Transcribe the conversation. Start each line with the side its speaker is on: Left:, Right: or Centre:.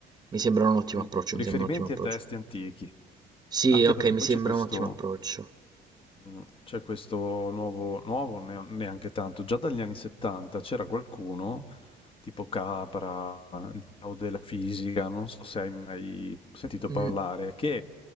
Right: Mi sembra un ottimo
Left: mm.
Right: approccio,
Left: Riferimenti
Right: mi sembra un ottimo approccio.
Left: a testi antichi,
Right: Sì,
Left: anche
Right: okay,
Left: perché
Right: mi
Left: poi
Right: sembra
Left: c'è questo,
Right: un ottimo approccio.
Left: Mh, c'è questo nuovo nuovo neo neanche tanto, già dagli anni '70 c'era qualcuno, tipo Capra, il Tao della fisica, non so se hai mai sentito
Right: Mh,
Left: parlare, che,